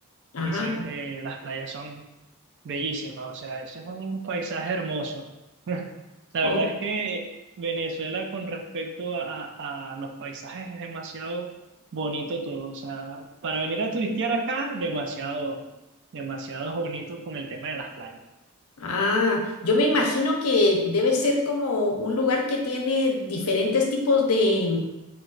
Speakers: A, on the left; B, on the right.
A: Ah,
B: dicen que las playas son Bellísima, o sea, ese es un paisaje hermoso. <laughs> La
A: ok.
B: verdad es que Venezuela con respecto a, a- a los paisajes es demasiado bonito todo, o sea, para venir a turistear acá, demasiado, demasiado bonito con el tema de las playas.
A: Ah, yo me imagino que debe ser como un lugar que tiene diferentes tipos de,